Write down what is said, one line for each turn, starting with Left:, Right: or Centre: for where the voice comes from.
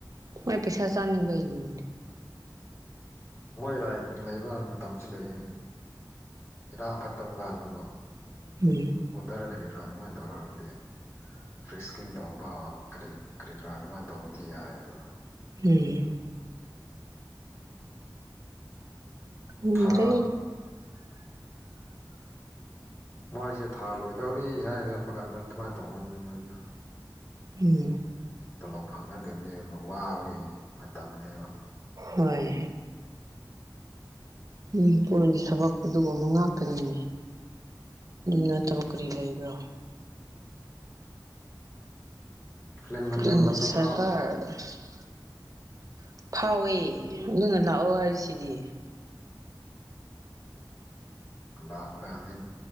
Right: ꯃꯣꯏ ꯄꯩꯁꯥ ꯆꯥꯅꯤꯡꯕꯩꯅꯤ
Left: ꯃꯣꯏ ꯔꯥꯏꯠ ꯂꯩꯕ ꯃꯇꯝꯁꯨ ꯂꯩꯌꯦ ꯏꯔꯥꯡ ꯐꯠꯇꯕ ꯀꯥꯟꯗꯀꯣ
Right: ꯎ
Left: ꯑꯣꯊꯔꯒꯔꯤ ꯀꯥ ꯑꯗꯨꯃꯥꯏꯅ ꯇꯧꯔꯛꯑꯔꯗꯤ ꯐ꯭ꯔꯤꯛꯁꯀꯤꯡ ꯇꯧꯕꯔꯤ ꯀꯔꯤ ꯀꯔꯥ ꯑꯗꯨꯃꯥꯏꯅ ꯇꯧꯕꯗꯤ ꯌꯥꯏꯑꯕ
Right: ꯎꯝ ꯎꯗ꯭ꯔꯦ
Left: ꯊꯥ ꯃꯣꯏꯁꯦ ꯊꯥ ꯂꯣꯏꯗꯧꯔꯤ ꯍꯥꯏꯔꯝꯕ ꯀꯥꯟꯗ ꯑꯗꯨꯃꯥꯏꯅ ꯇꯧꯅꯤ ꯃꯣꯏꯗ
Right: ꯎꯝ
Left: ꯇꯣꯂꯣꯞ ꯐꯪꯅꯗꯕꯩ ꯋꯥꯕꯒꯤ ꯃꯇꯝꯅꯦꯕ
Right: ꯍꯣꯏ ꯃꯤꯅꯤꯄꯨꯔꯒꯤ ꯊꯕꯛꯄ ꯑꯗꯨꯒꯨꯝꯕ ꯉꯥꯛꯇꯅꯤꯅꯦ ꯅꯠꯇꯕ ꯀꯔꯤ ꯂꯩꯕ꯭ꯔꯣ
Left: ꯐꯤꯂꯝ
Right: <unintelligible>
Left: ꯅꯝꯅꯤꯡꯕ ꯐꯥꯎꯗ꯭ꯔꯣ
Right: ꯐꯥꯎꯋꯦ ꯑꯗꯨꯅ ꯂꯥꯛꯑꯣ ꯍꯥꯏꯔꯤꯁꯤꯗꯤ
Left: ꯂꯥꯞꯕ ꯀꯥꯟꯗ